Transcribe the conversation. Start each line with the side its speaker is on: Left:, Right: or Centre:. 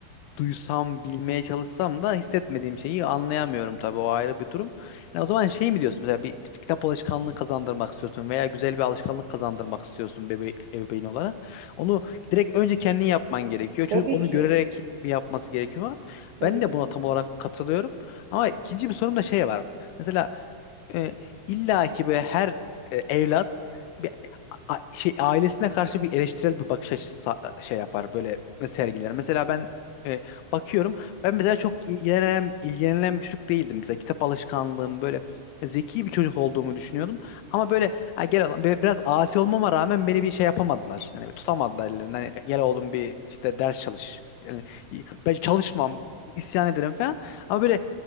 Left: duysam, bilmeye çalışsam da hissetmediğim şeyi anlayamıyorum tabii o ayrı bir durum. Yani o zaman şey mi diyorsun mesela bir kitap alışkanlığı kazandırmak istiyorsun veya güzel bir alışkanlık kazandırmak istiyorsun bebe ebeveyn olarak. Onu direkt önce kendin yapman gerekiyor.
Right: Tabii
Left: Çocuk onu
Right: ki.
Left: görerek bir yapması gerekiyor.
Right: Tabii
Left: Ben de buna tam olarak katılıyorum. Ama ikinci bir sorun da şey var. Mesela e, illa ki böyle her e, evlat bir a- a- şey ailesine karşı bir eleştirel bir bakış açısı sa- e, şey yapar böyle sergiler. Mesela ben e, bakıyorum ben mesela çok ilgilenen ilgilenen bir çocuk değildim mesela kitap alışkanlığım böyle zeki bir çocuk olduğumu düşünüyordum. Ama böyle ha, gel oğlum bi- biraz asi olmama rağmen beni bir şey yapamadılar. Hani tutamadılar ellerinden. Hani, gel oğlum bir işte ders çalış. Yani, ben çalışmam, isyan ederim falan. Ama böyle